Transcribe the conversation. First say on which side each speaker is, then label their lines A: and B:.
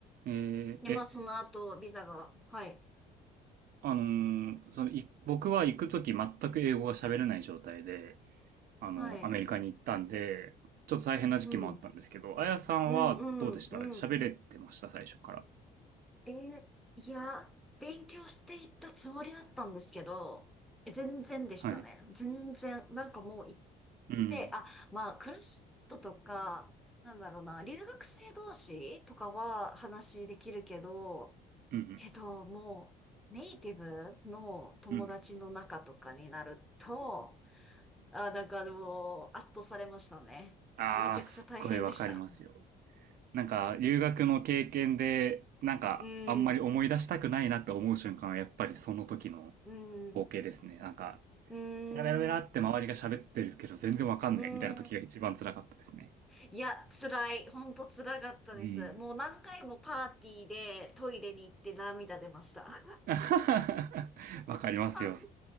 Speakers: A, on the right; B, in the centre.
A: えー、
B: で、
A: え、
B: まあ、その後、ビザが、はい、
A: あのーその、い、僕は行くとき全く英語が喋れない状態で、あの、
B: はい、
A: アメリカに行ったんで、ちょっと大変な時期もあったんですけど、
B: うん、
A: あやさんはどうでした喋れてました最初から。
B: うん、うん、うん。えーいや、勉強していったつもりだったんですけど、え全然でしたね。
A: はい。
B: 全然。なんかもう、
A: うん。
B: で、あ、まあ、クラストとか、なんだろうな、留学生同士とかは話できるけど、
A: うん。
B: けど、もう、ネイティブの友達の中とかになると、
A: うん。
B: あ、なんかもう、圧倒されましたね。
A: ああ、
B: めちゃくちゃ大変でした。
A: すっごいわかりますよ。なんか、留学の経験で、なんか、
B: うん、
A: あんまり思い出したくないなって思う瞬間は、やっぱりその時の
B: うん、
A: 光景ですね。なんか、
B: うん、
A: ベラベラベラって周りが喋ってるけど、全然わかんねえみたいな時が一番辛かったですね。
B: うん。いや、辛い。ほんと辛かったです。
A: うん。
B: もう何回もパーティーでトイレに行って涙出ました。
A: <laughs> わかりますよ。
B: <laughs>